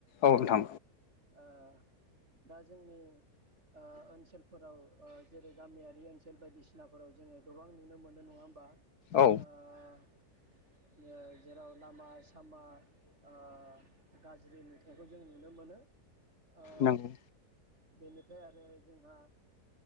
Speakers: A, on the left; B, on the right.
A: औ नोंथां
B: ओ दा जोंनि ओ ओनसोलफोराव जेरै गामियारि ओनसोल बायदिसिनाफोराव जोङो गोबां नुनो मोनो नङा होमबा।
A: औ
B: ओ जेराव लामा सामा ओ गाज्रि नुथायखौ जों नुनो मोनो। ओ
A: नांगौ।
B: बेनिफ्राय आरो जोंहा